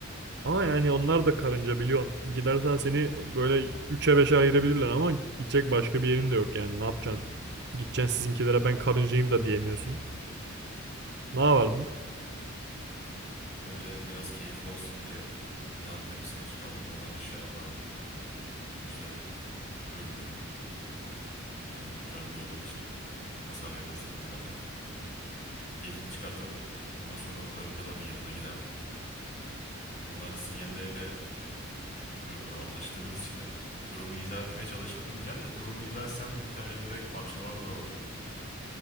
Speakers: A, on the right; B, on the left.
A: Ama yani onlar da karınca biliyorsun. Gidersen seni böyle üçe beşe ayırabilirler ama gidecek başka bir yerin de yok yani ne yapacaksın? Gideceksin sizinkilere ben karıncayım da diyemiyorsun. Ne yapardın?
B: İlk önce biraz keyifli olsun diye binanın tepesine çıkardım, oradan aşağı atlardım. Sonuçta ölmüyorum. Yani karınca olduğum için Hasar yemezdim herhalde. Keyfini çıkartırdım. Ondan sonra o karıncaların yanına giderdim. Onların sinyalleriyle e, böyle anlaştığımız için durumu izah etmeye çalışırdım diyeceğim de durumu izah etsem büyük ihtimalle direkt parçalarlar orada.